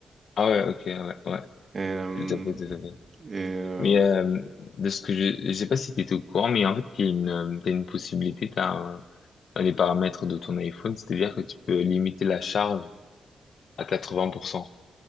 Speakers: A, on the left; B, on the right.
A: Ah ouais, ok, ouais, ouais,
B: Et, euh,
A: tout à fait, tout à fait.
B: et, euh,
A: Mais euh, de ce que je, je sais pas si tu étais au courant, mais en fait, il y a une, euh, t'as une possibilité, t'as un- dans les paramètres de ton iPhone, c'est-à-dire que tu peux limiter la charge à 80%.